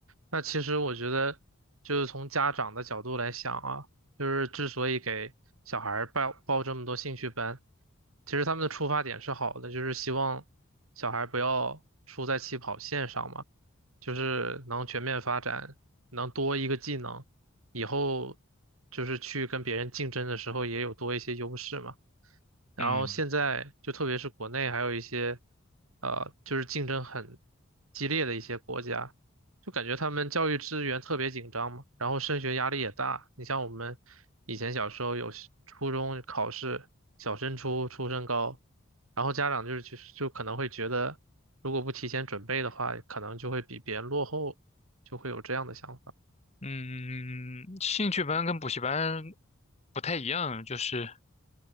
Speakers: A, on the right (about 85°); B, on the left (about 30°).
A: 那其实我觉得，就是从家长的角度来想啊，就是之所以给小孩儿报报这么多兴趣班，其实他们的出发点是好的，就是希望小孩不要输在起跑线上嘛，就是能全面发展，能多一个技能，以后就是去跟别人竞争的时候也有多一些优势嘛。然后现在就特别是国内还有一些，
B: 嗯
A: 呃，就是竞争很激烈的一些国家，就感觉他们教育资源特别紧张嘛，然后升学压力也大。你像我们以前小时候有时初中考试，小升初、初升高，然后家长就是就就可能会觉得，如果不提前准备的话，可能就会比别人落后，就会有这样的想法。
B: 嗯，嗯嗯嗯兴趣班跟补习班不太一样，就是。